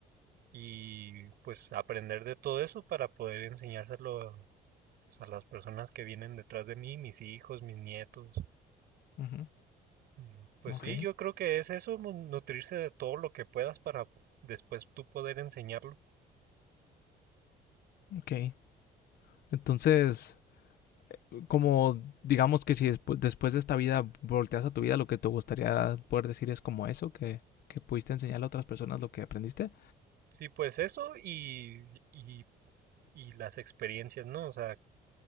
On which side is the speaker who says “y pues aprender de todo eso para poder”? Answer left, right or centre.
Right